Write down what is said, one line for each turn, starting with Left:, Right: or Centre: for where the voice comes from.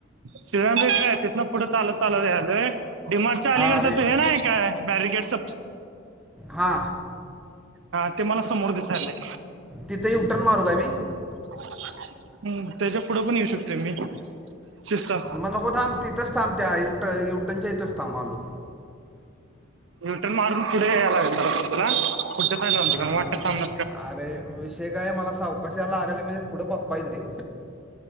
Right: शिवंबीकय तिथन पुढ चालत चालत यायलागलोय. डी मार्ट अलीकडच
Centre: अरे
Right: तू हे नाय काय बॅरगेड स
Centre: हा.
Right: हा ते मला समोर दिसाले.
Centre: तिथे यु ठण मारू काय मी?
Right: हम्, त्याच्या पुढं पण येऊ शकते मी शिस्ता
Centre: मग नको थांब तिथेच थांब त्या यूटन - यूटनच्या इेतंच थ आलो.
Right: युटर्न मारून पुढे यायला लागल जरास तुला, पुढं च्या साईड
Centre: हा
Right: वाटत थांब
Centre: अरे विषय काय मला सावकाशाला लागाला म्हणजे पुढं पप्पा येत रे.